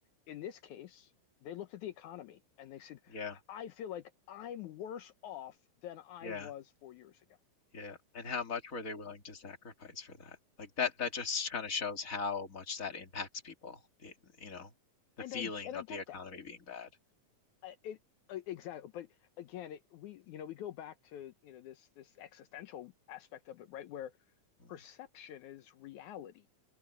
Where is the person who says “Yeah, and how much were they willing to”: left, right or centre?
Left